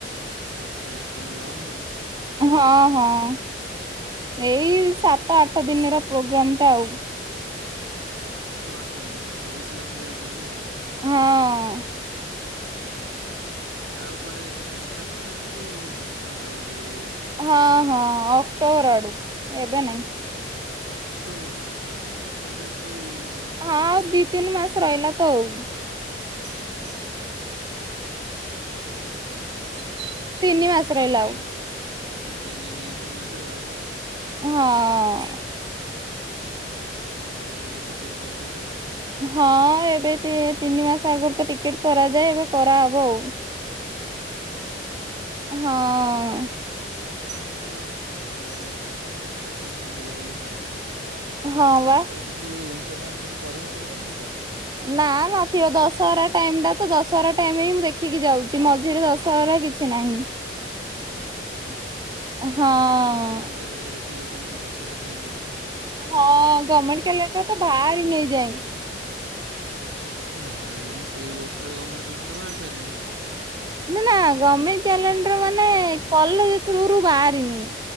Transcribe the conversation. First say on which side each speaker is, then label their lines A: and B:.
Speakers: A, on the right (about 75°); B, on the right (about 20°).
A: ଆଚ୍ଛା କଣ ଲଙ୍ଗ ବାଲା
B: ହଁ ହଁ ଏଇ ସାତ ଆଠ ଦିନର ପ୍ରୋଗ୍ରାମ୍ ଟା ଆଉ
A: ସାତ ଆଠ ଦିନ ମାନେ ବହୁତ ଲଙ୍ଗ ଯାଉଛନ୍ତି ଆଉ
B: ହଁ
A: ଆଛା ଆଉ କୁଆଟେ ସେଟା ତ ଯାଇକି ଦଶହରା ବୋଧେ ଏତେ
B: ହଁ
A: ବାଟର
B: ହଁ ଅକ୍ଟୋବର ଆଡ଼କୁ ଏବେ ନାଇଁ
A: ଅକ୍ଟୋବର ମାନେ ଏବେ କୋଉ
B: ହଁ
A: ଚାଲିଛି
B: ଆଉ ଦି ତିନି ମାସ ରହିଲା ତ ଆଉ
A: ବିଲା ଆଈ ଜୁଲାଇ ଅଗଷ୍ଟ ସେପ୍ଟେମ୍ବର ଅକ୍ଟେବର
B: ତିନି ମାସ ରହିଲା
A: ଆଜ୍ଞା ଆଛା ତିନି ଦି ତିନି ମାସ ରହିଲା ଆଉ
B: ଆଉ ହଁ।
A: ହୁଁ ତାହେଲେ ଏବେୁ ଠୁ ଟିକେଟେ କରିଦେବେ ଆଉ
B: ହଁ ଏବେ ତିନି ମାସ ଆଗରୁ ତ ଟିକେଟ୍ କରାଯାଏ ଏବେ କରାହବ ଆଉ
A: ଆଚ୍ଛା
B: ହଁ
A: ଭଲ ଆରାମସେ ଟିକେଟ୍ କାଟନ୍ତୁ ବୁଲାବୁଲି କରନ୍ତୁ ଆଉ
B: ହଁ
A: ସେତେବେଳେ
B: ବା।
A: କିଛି ଇଣ୍ଟରନାଲ୍ କିଛି ପରୀକ୍ଷା ପରୀକ୍ଷା ନାହିଁ ତ
B: ନା ନଥିବ ଦଶହରା ଟାଇମି ଟା ତ ଦଶହରା ଟାଇମି ହିଁ ମୁଁ ଦେଖିକି ଯାଉଛି ମଝିରେ ଦଶହରା କିଛି କିଛି ନାହିଁ
A: ଆଚ୍ଛା
B: ହଁ
A: ଗମେଣ୍ଟେ କ୍ୟାଲେଣ୍ଡରରେ ତାହେଲେ ଦେଖିଦେଇଛନ୍ତି ଦଶହରା କେବେ ପଡୁଛି
B: ହଁ ଗମେଣ୍ଟେ କ୍ୟାଲେଣ୍ଡର ତ ବାହାରି ଏଇଯାଏ
A: ଏ ପର୍ଯ୍ୟନ୍ତ ବାହାରିନି ଏଇ ବର୍ଷରେ ଗମେଣ୍ଟ କ୍ୟାଲେଣ୍ଡ ତ ବାହାରି ସାରିଲାଣି।
B: ନା ନା ଗମେଣ୍ଟ କ୍ୟାଲେଣ୍ଡର ମାନେ କଲେଜ ଥ୍ରୁରୁୁ ବାହାରିନି।